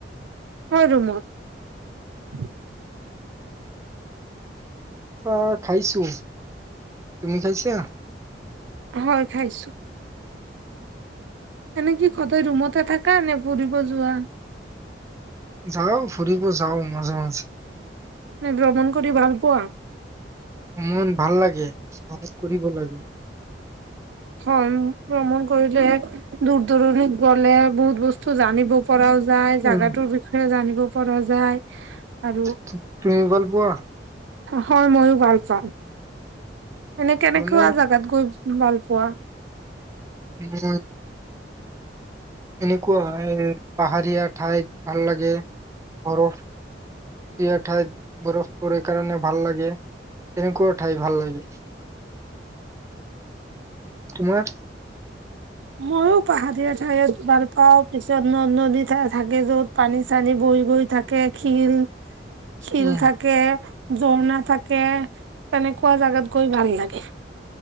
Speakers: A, on the right; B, on the right.
A: অ, ৰুমত।
B: অ খাইছো তুমি খাইছা।
A: হয় খাইছো। এনেকে সদায় ৰুমতে থাকা নে ফুৰিব যোৱা।
B: যাও ফুৰিব যাও মাজে মাজে
A: তুমি ভ্ৰমণ কৰি ভাল পোৱা
B: মন ভাল লাগে সহায় কৰিব লাগে
A: হয় ভ্ৰমণ কৰিলে দূৰ দূৰণিত গলে বহুত বস্তু জানিব পৰাও যায় জাগাটোৰ
B: উম,
A: বিষয়ে জানিব ও পৰা যায় আৰু
B: তু তুমি ভাল পোৱা
A: হয় মইও ভাল পাম এনে কেনেকুৱা
B: ভ্ৰমণ?
A: জাগাত গৈ ভাল পোৱা
B: উম <unintelligible> এনেকুৱা পাহাৰীয়া ঠাইত ভাল লাগে বৰফীয়া ঠাইত বৰফ পৰে কাৰণে ভাল লাগে তেনেকুৱা ঠাই ভাল লাগে তোমাৰ
A: মইও পাহাৰীয়া ঠাই ভাল পাওঁ তাৰ পিছত ন নদী থাকে যত পানী চানী ব‌ৈ গৈ থাকে শিল শিল
B: উম।
A: থাকে জোক নাথাকে তেনেকুৱা জাগাত গৈ ভাল লাগে